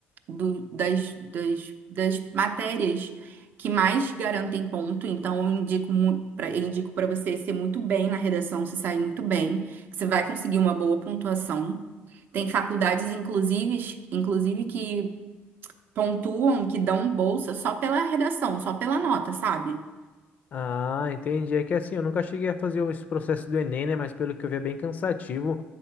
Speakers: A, on the right (about 50°); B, on the left (about 35°).
A: do- das, das, das matérias que mais garantem ponto. Então, eu indico para indico para você ser muito bem na redação, se sair muito bem, que você vai conseguir uma boa pontuação. Tem faculdades, inclusive, inclusive que pontuam, que dão bolsa só pela redação, só pela nota, sabe?
B: Ah, entendi. É que assim, eu nunca cheguei a fazer esse processo do Enem, né? Mas pelo que eu vi é bem cansativo.